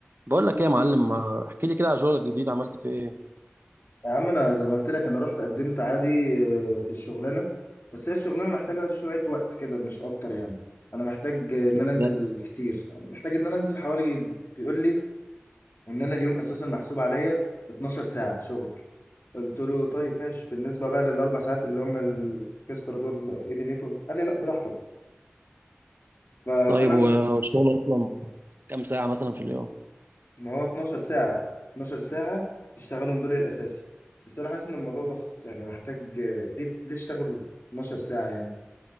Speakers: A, on the right (about 55°); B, on the left (about 60°).
A: بقول لك ايه يا معلم ما احكي لي كده على شغلك الجديد عملت فيه ايه
B: يا عم انا زي ما قلت لك انا رحت قدمت عادي آه، في الشغلانه بس هي الشغلانه محتاجه شويه وقت كده مش اكتر يعني انا محتاج آه، ان
A: إزاي؟
B: انا انزل كتير يعني محتاج ان انا انزل حوالي بيقول لي ان انا اليوم اساسا محسوب عليا 12 ساعه شغل قلت له طيب ماشي بالنسبه بقى للاربع ساعات اللي هم الاكسترا دول ايه دنيتهم قال لي لا براحتك فانا
A: طيب و-
B: م-
A: والشغل اصلا كام ساعة مثلا في اليوم
B: ما هو 12 ساعه 12 ساعه تشتغلهم دول الاساسي بس انا حاسس ان الموضوع ضغط يعني محتاج آه، ليه ليه اشتغل 12 ساعه يعني